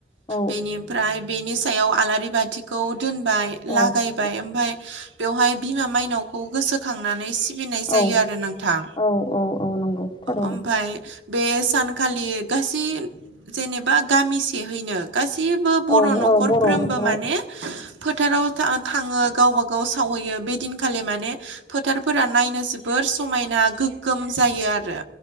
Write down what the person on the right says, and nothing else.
बेनिफ्राय बेनि सायाव आलारि बाथिखौ दोनबाय लागायबाय
ओमफ्राय बेवहाय बिमा मायनावखौ गोसोखांनानै सि बिनाय जायो
आरो नोंथां
ओम बे सानखालि गासै जेनेबा गामिसेहैनो गासै सैबो बर'
न'खरफ्रोमबो
माने फोथाराव था थाङो गावबा गाव सावहैयो बेदिनखालि माने फोथारफोरा नायनो जोबोर समायना गोगोम जायो आरो